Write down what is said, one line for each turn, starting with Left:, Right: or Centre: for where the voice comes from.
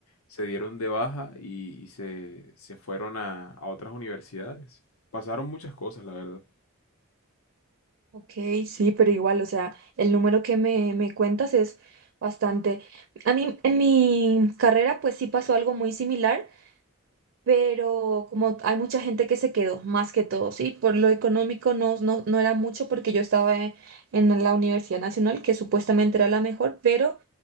Left: se dieron de baja y, y se, se fueron a, a otras universidades. Pasaron muchas cosas, la verdad.
Right: Ok, sí, pero igual, o sea, el número que me, me cuentas es bastante. A mí en mi carrera pues sí pasó algo muy similar, pero como hay mucha gente que se quedó, más que todo, sí, por lo económico no, no, no era mucho porque yo estaba en, en la Universidad Nacional, que supuestamente era la mejor, pero